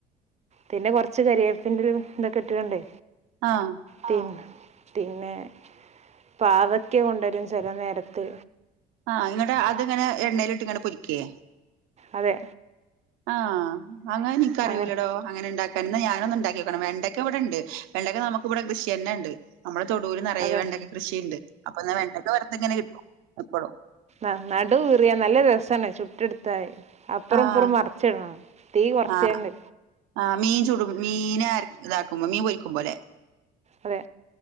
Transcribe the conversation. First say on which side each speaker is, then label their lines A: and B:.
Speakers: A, on the right; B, on the right.
A: പിന്നെ കുറച്ച് കരിയേപ്പിന്റെ ഇതോക്കെ ഇട്ടിട്ടുണ്ടെ
B: ആഹ്
A: തിന്നേ തിന്നേ പാവക്ക കൊണ്ടുവരും ചില നേരത്ത്
B: ആഹ് ഇങ്ങട്ട് അത്ങ്ങനെ
A: ആഹ്
B: എണ്ണയിലിട്ട് ഇങ്ങനെ പൊരിക്കേ
A: അതെ
B: ആഹ് അങ്ങനെ എനിക്ക അറിയൂലടോ
A: അങ്ങനെ
B: അങ്ങനെ ഉണ്ടാക്കാനന്ന് ഞാന് ഒന്ന് ഉണ്ടാക്കി നോണം വെണ്ടക്ക ഇവിടെ ഉണ്ട് വെണ്ടക്ക നമുക്ക് ഇവിടെ കൃഷി തന്നെ ഉണ്ട് നമ്മള തൊടൂൽ നിറയെ
A: അതെ
B: വെണ്ടൊക്ക കൃഷിണ്ട് അപ്പൊ വെണ്ടൊക്കെ വെറുതെ ഇങ്ങനെ കിട്ടും എപ്പോഴും
A: ആഹ് നടു കീറിയ നല്ല രസമാണ് ചുട്ടടുത്ത് തായി അപ്പറംപ്പറം
B: ആഹ്
A: മറച്ചിടണം തീ കുറച്ചേണ്ട്
B: ആഹ് ആഹ് മീൻ ചുടും മീൻ ഇതാക്കുമ്പോ മീൻ പൊറിക്കുമ്പോലേ
A: അതെ